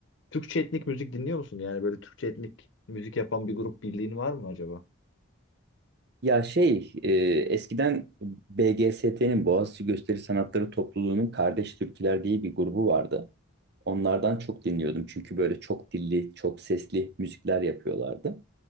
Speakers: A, on the left; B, on the right.
A: Türkçe etnik müzik dinliyor musun? Yani böyle Türkçe etnik müzik yapan bir grup bildiğin var mı acaba?
B: Ya şey, e, eskiden B G S T'nin Boğaziçi Gösteri Sanatları Topluluğu'nun Kardeş Türküler diye bir grubu vardı. Onlardan çok dinliyordum çünkü böyle çok dilli, çok sesli müzikler yapıyorlardı.